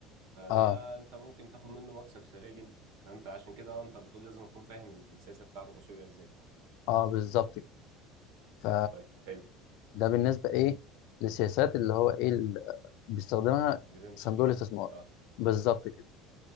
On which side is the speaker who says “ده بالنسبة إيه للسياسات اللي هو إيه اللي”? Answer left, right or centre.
Left